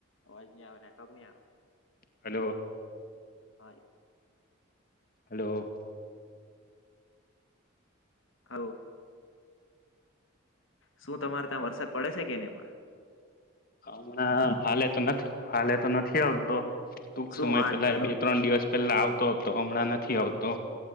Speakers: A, on the left (about 70°); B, on the left (about 45°).
A: અવાજ ની આવે નેટવર્ક ની આવે.
B: હલો.
A: હાય.
B: હલો.
A: હાલ શું તમારે ત્યાં વરસાદ પડે છે કે નહી અમના?
B: હમણા હાલે તો નથ હાલે તો નથી આવતો. ટૂંક
A: શું
B: સમય
A: વાત
B: પેલા
A: કરો
B: બે-ત્રણ દિવસ પહેલા આવતો હતો હમણાં નથ થી આવતો.